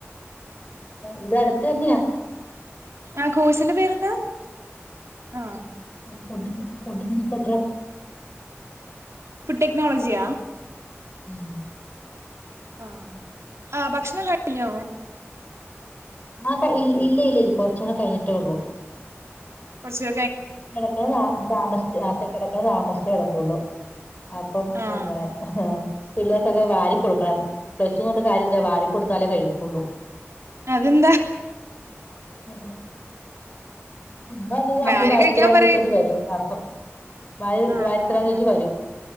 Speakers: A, on the left; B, on the right.
A: ഇത് ഇതട്തന്ന്യാ
B: ആ കോയിസിന്റെ പേരെന്താ ആഹ്
A: ഫുഡ് ഫുഡിൻസ്‌പെക്ട്രാ <inaudible>
B: ഫുഡ് ടെക്നോളജിയാ
A: ഉം
B: ആ ആ ഭക്ഷണം കഴിഞ്ഞോ
A: ആത് ഇല്ഇല്ലേ ഇല്ലയ്ല്ലേ കുറച്ചൂടെ കഴിഞ്ഞിട്ടേ ഒള്ളൂ
B: പശെ
A: കിടക്ക്ണ താ താമസിച്ച് ആ കിടക്കണെ താമസിച്ചേ കിടക്കുവൊള്ളൂ അപ്പം
B: ആഹ്
A: എന്താ ഹ് പിള്ളേർക്കൊക്കെ വാരി കൊടുക്കണം പയ്ച്ചുറഞ്ഞിട്ട് കാര്യല്ല വാരി കൊടുത്താലേ കഴിക്കുള്ളൂ
B: അതന്താ
A: ഹ് ഹ് ചുമ്മല്ലി അന്ന്
B: ആര്
A: വൽ
B: കഴിക്കാൻ
A: എത്രാന്ന്ചൊണ്ട്
B: പറയ്
A: വരും ഒഹ് വാര്
B: ആഹ്
A: വരിത്രാന്ന്വെച്ച്
B: അങ്ങനെ
A: വരും